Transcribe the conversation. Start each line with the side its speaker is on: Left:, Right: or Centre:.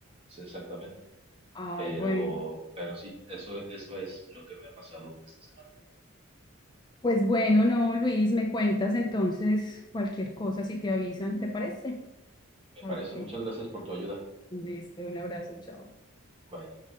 Right: sí, exactamente.
Left: Ay,
Right: Pero,
Left: bueno.
Right: pero sí, eso, eso es lo que me ha pasado esta semana.
Left: Pues bueno, no, Luis, me cuentas entonces cualquier cosa si te avisan, ¿te parece?
Right: Me
Left: A
Right: parece.
Left: ver qué.
Right: Muchas gracias por tu ayuda.
Left: Listo, un abrazo, chao.
Right: Bye.